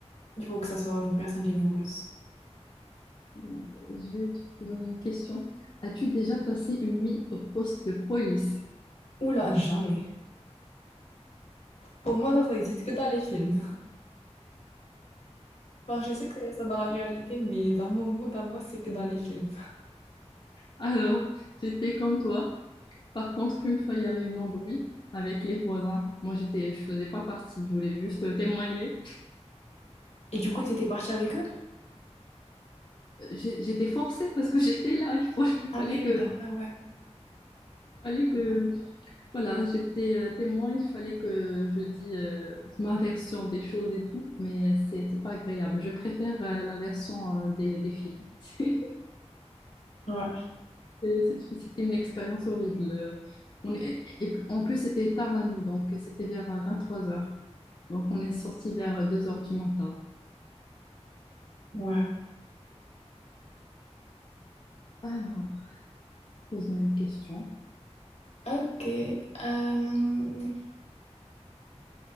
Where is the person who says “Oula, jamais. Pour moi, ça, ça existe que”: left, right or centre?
Left